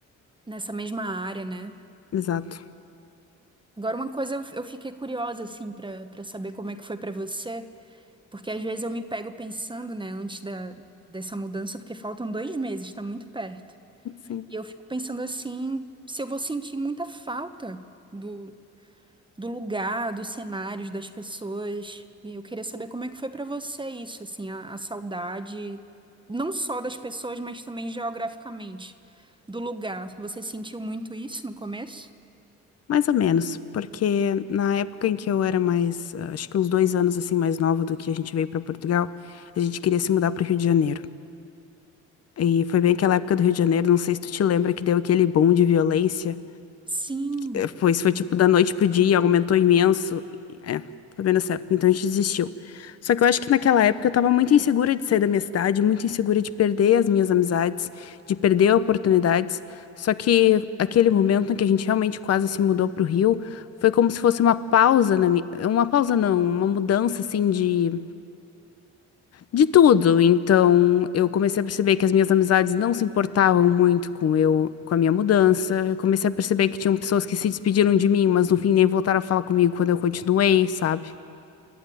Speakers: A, on the right; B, on the left.
A: Nessa mesma área, né?
B: Exato.
A: Agora, uma coisa eu, eu fiquei curiosa, assim, pra para saber como é que foi pra você. Porque às vezes eu me pego pensando, né, antes da, dessa mudança, porque faltam dois meses, tá muito perto.
B: Sim.
A: E eu fico pensando assim, se eu vou sentir muita falta do, do lugar, dos cenários, das pessoas. E eu queria saber como é que foi pra você isso, assim, a, a saudade, não só das pessoas, mas também geograficamente, do lugar. Você sentiu muito isso no começo?
B: Mais ou menos, porque na época em que eu era mais, ah, acho que uns dois anos assim mais nova do que a gente veio para Portugal, a gente queria se mudar para o Rio de Janeiro. E foi bem aquela época do Rio de Janeiro, não sei se tu te lembra que deu aquele boom de violência.
A: Sim.
B: É, Foi, isso foi
A: sim.
B: tipo da noite pro dia, aumentou imenso. É, foi bem nessa época, então a gente desistiu. Só que eu acho que naquela época eu tava muito insegura de sair da minha cidade, muito insegura de perder as minhas amizades, de perder oportunidades. Só que aquele momento em que a gente realmente quase se mudou pro Rio, foi como se fosse uma pausa na minha, uma pausa não, uma mudança assim de de tudo. Então, eu comecei a perceber que as minhas amizades não se importavam muito com eu, com a minha mudança. Eu comecei a perceber que tinham pessoas que se despediram de mim, mas no fim nem voltaram a falar comigo quando eu continuei, sabe?